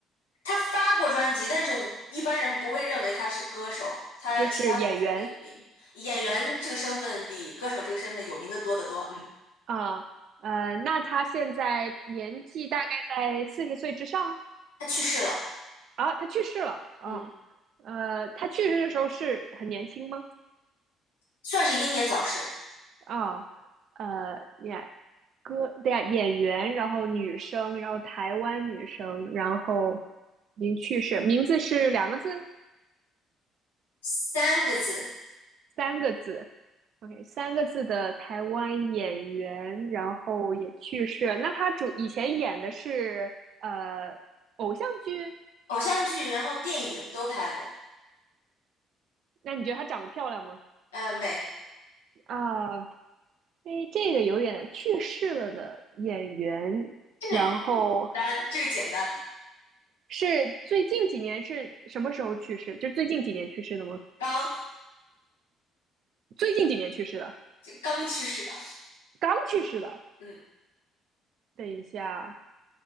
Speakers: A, on the left; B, on the right.
A: 她发过专辑，但是我一般人不会认为她是歌手，她其他身份更有名，
B: 就是演员。
A: 演员这个身份比歌手这个身份有名的多得多，嗯，
B: 啊，呃，那他现在年纪大概在四十岁之上
A: 她去世了，
B: 啊，他去世了啊，
A: 嗯，
B: 呃，他去世的时候是很年轻吗？
A: 算是英年早逝，
B: 啊，呃，呀，歌，对呀，演员，然后女生，然后台湾女生，然后已经去世，名字是两个字，
A: 三个字，
B: 三个字，OK，三个字的台湾演员，然后也去世了。那他主以前演的是呃偶像剧
A: 偶像剧，然后电影都拍过，
B: 那你觉得她长得漂亮吗？
A: 呃，美，
B: 啊，哎，这个有点去世了的演员，
A: 这个简
B: 然后
A: 单，这个简单，
B: 是最近几年是什么时候去世？就最近几年去世的吗？
A: 刚
B: 最近几年去世的，
A: 就刚去世的。
B: 刚去世的。
A: 嗯
B: 等一下，